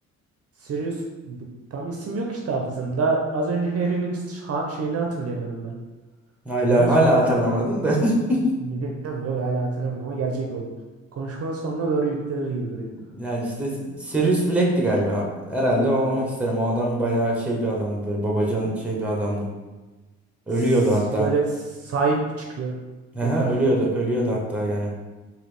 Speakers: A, on the right; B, in the centre.
A: Sirius b- tam isim yok işte hafızamda. Az önce Harry'nin ş- ha- şeyini hatırlayamadım ben. <laughs>
B: Hala
A: Bana
B: hala
A: sor.
B: hatırlamadım da. <laughs>
A: Biliyor mu? Yok hala hatırlamadım ama gelecek o. Konuşmanın sonuna doğru yüklenir gibi duruyor.
B: Yani işte Sirius Black'ti galiba. Herhalde o olmak isterim. O adam bayağı şey bir adamdı. Böyle babacan şey bir adamdı. Ölüyordu
A: S-
B: hatta.
A: Böyle sahip çıkıyor
B: Aha,
A: etrafı.
B: ölüyordu. Ölüyordu hatta yani.